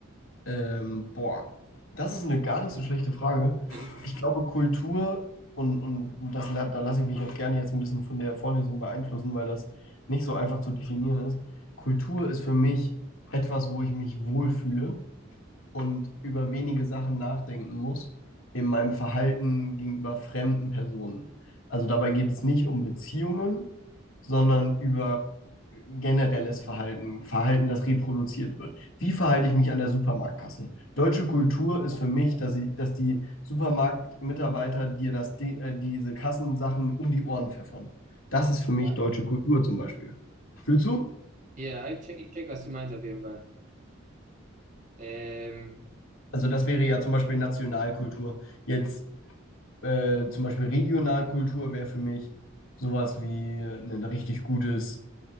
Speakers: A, on the left (about 80°); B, on the right (about 40°).
A: Ähm, boah, das ist eine gar nicht so schlechte Frage.
B: Ja, richtig.
A: Ich glaube, Kultur, und, und das, la- da lasse ich mich auch gerne jetzt ein bisschen von der Vorlesung beeinflussen, weil das nicht so einfach zu definieren ist. Kultur ist für mich etwas, wo ich mich wohlfühle und über wenige Sachen nachdenken muss in meinem Verhalten gegenüber fremden Personen. Also dabei geht es nicht um Beziehungen, sondern über generelles Verhalten, Verhalten, das reproduziert wird. Wie verhalte ich mich an der Supermarktkasse? Deutsche Kultur ist für mich, dass, sie, dass die Supermarktmitarbeiter dir das, die, äh, diese Kassensachen um die Ohren pfeffern. Das ist für mich
B: Ja,
A: deutsche Kultur zum Beispiel. Fühlst du?
B: Ja, ich check, ich check, was du meinst auf jeden Fall. Ähm,
A: Also das wäre ja zum Beispiel Nationalkultur. Jetzt Äh, zum Beispiel Regionalkultur wäre für mich sowas wie äh, ein richtig gutes